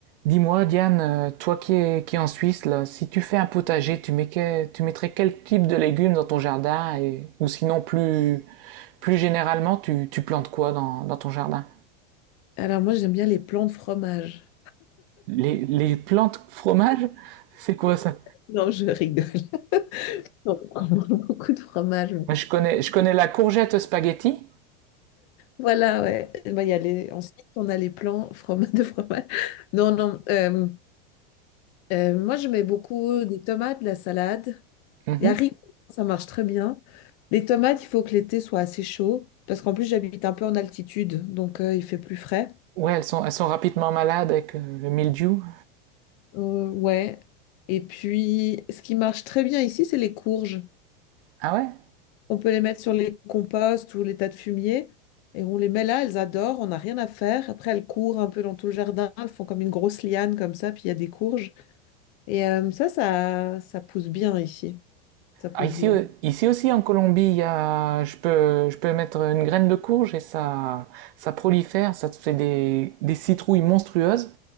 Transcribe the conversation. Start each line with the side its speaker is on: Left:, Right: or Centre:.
Right: Dis-moi, Diane, euh, toi qui es, qui es en Suisse, là, si tu fais un potager, tu mets que- tu mettrais quel type de légumes dans ton jardin et, ou sinon plus, plus généralement, tu, tu plantes quoi dans, dans ton jardin?
Left: Alors moi j'aime bien les plans de fromage.
Right: Les, les plantes fromage? <laughs> C'est quoi ça?
Left: Non, je rigole. <laughs> On mange beaucoup de fromage.
Right: Moi, je connais, je connais la courgette spaghetti.
Left: Voilà, ouais. Eh ben, il y a les... Ensuite, on a les plans froma- de fromage. Non, non. euh, euh, moi, je mets beaucoup des tomates, de la salade,
Right: Mhm.
Left: des haricots, ça marche très bien. Les tomates, il faut que l'été soit assez chaud, parce qu'en plus, j'habite un peu en altitude, donc euh, il fait plus frais.
Right: Ouais, elles sont, elles sont rapidement malades avec euh, le mildiou.
Left: Euh, ouais. Et puis, ce qui marche très bien ici, c'est les courges.
Right: Ah ouais?
Left: On peut les mettre sur les composts ou les tas de fumier. Et on les met là, elles adorent, on n'a rien à faire. Après, elles courent un peu dans tout le jardin, elles font comme une grosse liane comme ça, puis il y a des courges. Et euh, ça, ça, ça pousse bien ici. Ça pousse
Right: Ah, ici,
Left: bien.
Right: euh, ici aussi en Colombie, il y a, je peux, je peux mettre une graine de courge et ça, ça prolifère, ça te fait des, des citrouilles monstrueuses.